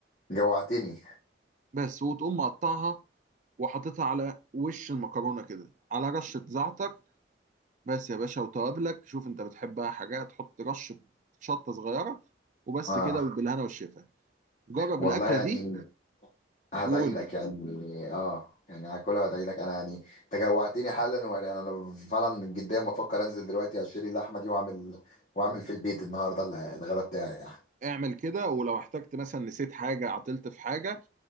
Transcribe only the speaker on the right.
بس وتقوم مقطعها وحاططها على وش المكرونه كده على رشه زعتر بس يا باشا وتوابلك شوف انت بتحبها حاجه تحط رشه شطه صغيره وبس
كده وبالهنا والشفا جرب
الاكله
دي
وقول
لي
اعمل كده ولو احتجت مثلا نسيت حاجه عطلت في حاجه